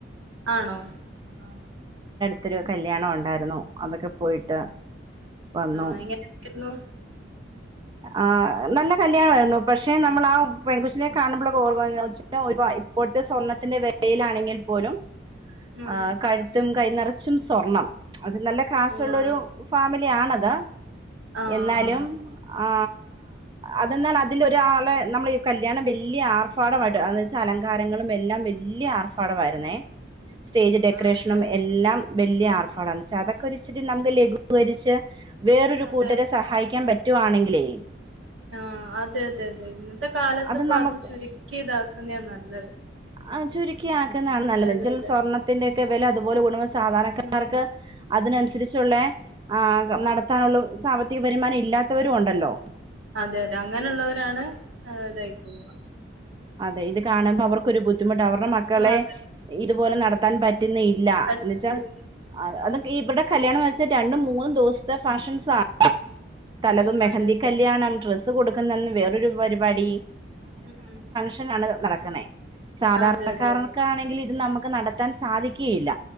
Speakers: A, on the right; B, on the right.
A: ആണോ ആ
B: ത്തൊരു കല്യാണം ഉണ്ടായിരുന്നു അതൊക്കെ പോയിട്ട് വന്നു
A: ആഹ് എങ്ങനെയായിരുന്നു
B: ആ നല്ല കല്യാണവാരുന്നു പക്ഷെ നമ്മൾ ആ പെൺകൊച്ചിനെ കാണുമ്പോള്ളൊക്കെ ഓർക്കും ഇപ്പോഴത്തെ സ്വർണ്ണത്തിന്റെ വിലയിലാണെങ്കിൽ പോലും
A: ഉം
B: ആ കഴുത്തും കൈ നിറച്ചും സ്വർണം അത് നല്ല കാശുള്ളൊരു
A: പോവാണോ
B: ഫാമിലി ആണത്
A: ആഹ്
B: എന്നാലും ആ അതെന്നാൽ അതിലൊരാള് നമ്മള് ഈ കല്ല്യാണം വലിയ ആർഭാടമായിട്ട് എന്നുവെച്ചാൽ അലങ്കാര ത്തങ്ങളും എല്ലാം വലിയ ആർ പടവാര്ന്നേ സ്റ്റേജ്
A: ഉം
B: ഡെക്കറെഷ്നും
A: ആണല്ലേ
B: എല്ലാം വല്ല്യ ആർഭാഡം എന്നുവച്ചാ അതൊക്കെ ഒരിച്ചിരി നമുക്ക് ലഘൂകരിച്ച് വേറൊരു
A: അതെ
B: കൂട്ടരെ സഹായിക്കാൻ പ പറ്റുവാണെങ്കിലേ
A: ആ അതെ അതെ അതെ ഇന്നത്തെ കാലത്ത്
B: അത്
A: ഇപ്പോ
B: നമുക്ക്
A: അതും ചുരുക്കിയതാ ക്കുന്നേയാ നല്ലത്
B: ആ ചുരി ക്കി ആക്കുന്നതാണ്
A: അതെ
B: നല്ലത്
A: അതെ
B: എന്ന് വച്ചാൽ
A: അതെ
B: സ്വർണത്തിന്റെയൊക്കെ
A: ഉം
B: വില അതുപോലെ കൂടുമ്പം സാധാരണക്കാർക്ക്
A: ഉം
B: അതിനനുസ രിച്ചൊള്ളേ ആകെ
A: ആഹ്
B: നടത്താനുള്ള സാ മ്പത്തിക വരുമാനം ഇല്ലാത്തവരും ഉണ്ടല്ലോ
A: അതെ അതെ അങ്ങനെയുള്ളവരാണ് ഇതായി പോവുക
B: അതെ ഇത് കാണുമ്പോ അവർക്കൊരു ബുദ്ധിമുട്ട് അവരുടെ മക്കളെ
A: ഉം അതെ
B: ഇതുപോലെ
A: ഉം
B: നടത്താൻ പറ്റുന്നില്ല
A: പറ്റും
B: എന്ന് വെച്ചാൽ അത് ഇവിടെ കല്യാണമെന്ന് വെച്ചാൽ രണ്ടും മൂന്നും ദിവസത്തെ ഫംഗ്ഷൻസ് ആണ് തലേന്ന്
A: ഉം
B: മെഹന്തി
A: അതെ അതെ
B: കല്യാണം ഡ്രസ്സ് അത് കൊടുക്ക്ന്നന്ന് വേറൊരു പരിപാടി
A: മ് ഉം
B: റ്റും നല്ലത് നടക്കണേ സാധാരണക്കാർക്കാണെങ്കില്
A: അതെ അതെ അതെ
B: ഇത് നമ്മ ക്ക് നടത്താൻ സാധിക്കെയില്ല